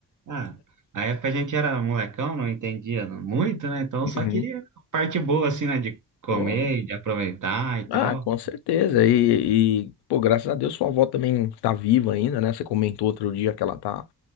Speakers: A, on the right (about 50°); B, on the left (about 90°).
A: Ah, na época a gente era molecão, não entendia muito, né? Então
B: Uhum.
A: só queria a parte boa, assim, né? De comer,
B: Pô,
A: e de aproveitar e tal.
B: ah, com certeza. E, e, pô, graças a Deus sua avó também tá viva ainda, né? Você comentou outro dia que ela tá,